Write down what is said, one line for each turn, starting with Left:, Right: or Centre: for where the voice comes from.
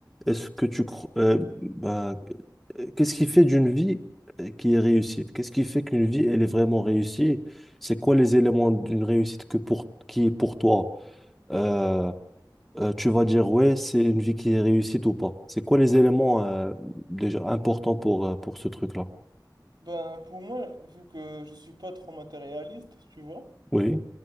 Centre: est-ce que tu crois, euh, bah, euh, qu'est-ce qui fait d'une vie euh, qui est réussite? Qu'est-ce qui fait qu'une vie, elle est vraiment réussie? C'est quoi les éléments d'une réussite que pour, qui est pour toi? Euh, euh, tu vas dire, ouais, c'est une vie qui est réussite ou pas? C'est quoi les éléments euh, déjà importants pour, euh, pour ce truc-là?
Right: Ben, pour moi, vu que je suis pas trop matérialiste, tu vois.
Centre: Oui,